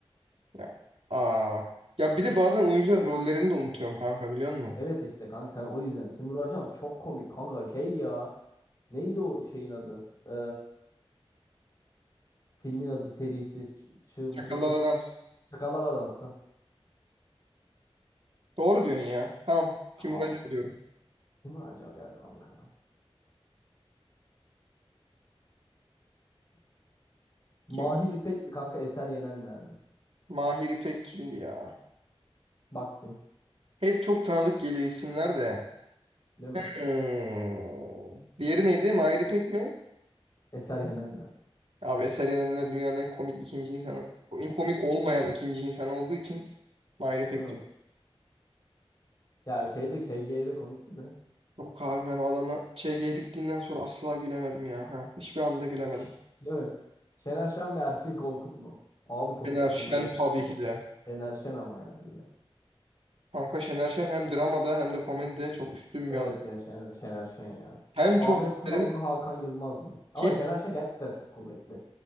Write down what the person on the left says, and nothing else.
Evet işte kanka sen o yüzden. Timur Acar çok komik kanka şey ya. Neydi o şeyin adı? Ee, filmin adı serisi. Ç- Çılgın
Şakalar Adansı.
Aa,
Timur Acar ya kanka. Mahir
İpek mi kanka Eser Yenenler mi?
Bak bir.
Değil mi?
Eser Yenenler.
Değil mi?
Ya şey de ŞG'ye de komikti de.
Şş, Değil mi? Şener Şen mi Ersin Korkut mu? Abi çok
kuvvetli
ya
da.
Şener Şen ama ya gibi.
Evet
ya Şen- Şener Şen ya.
Ahmet
Kural
mı Hakan Yılmaz mı? Ama
Şener Şen gerçekten çok kuvvetli